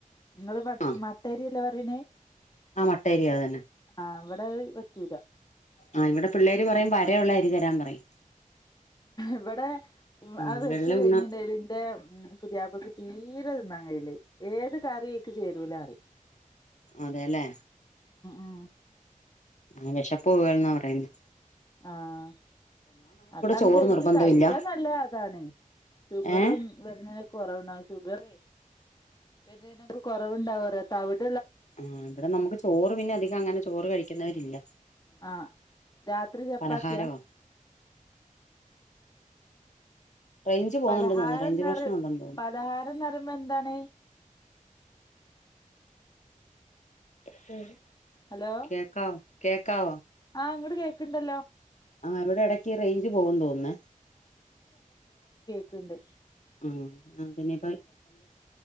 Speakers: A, on the left (about 30°); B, on the left (about 60°).
A: നിങ്ങള് മട്
B: ആ
A: മട്ടരിയെട് ല്ലേ പറയണേ?
B: ആ മട്ടരിയ അത് തന്നെ.
A: അവിടെ ത് പറ്റൂല.
B: ആ ഇവിടെ പിള്ളേര് പറയും വരയുളള അരിതരാൻ പറയും
A: ഇവിടെ വ്
B: ആ
A: അത് വെച്ച്
B: വെള്ള
A: കഴിഞ്ഞിണ്ടേല്
B: ഉണ്ണ
A: ഇന്റെ പുതിയാപ്ലക്ക് തീരെ തിന്നാൻ കഴയില്ല ഏത് കറീ ക്ക് ചേരൂല പറിയും.
B: അതെല്ലേ
A: ഉം
B: ആ വെശപ്പ്പോകുവേലാന്നാ പറയുന്നേ
A: ആഹ് അതാണ്
B: ചോറ്
A: ശരിക്ക്
B: നിർബന്ധമില്ല
A: കഴിക്കാൻ നല്ലെ അതാണ് ഷുഗറും
B: ഏഹ്
A: വരുന്നെ കൊറവുണ്ടാവും ഷുഗറേ വെരുന്നേനൊക്കെ കൊറവുണ്ടാവും പറയാ തവിട്
B: ആ ഇവിടെ നമുക്ക് ചോറ് പിന്നെ അധികം അങ്ങനെ ചോറ് കഴിക്കുന്നവരി ഇല്ല
A: ആ രാത്രി ചപ്പാത്തിയാ?
B: പലഹാരവാ റേഞ്ച് പോകുന്നുണ്ടെന്ന്
A: പലഹാരം
B: തോന്നുന്നു റേഞ്ച്
A: നിറ്
B: പ്രശ്നം ഉണ്ടെന്ന് തോന്നുന്നു
A: പലഹാരം നിർബന്ധം ആണ്?
B: <unintelligible>
A: ഹലോ
B: കേക്കാവ? കേക്കവോ?
A: ആ ഇങ്ങട് കേക്ക്ണ്ടല്ലോ
B: ആ ഇവിടെ എടക്ക് റേഞ്ച് പോകും തോന്നുന്നേ
A: ക്ക്ണ്ട്
B: മ് അങ്ങനെ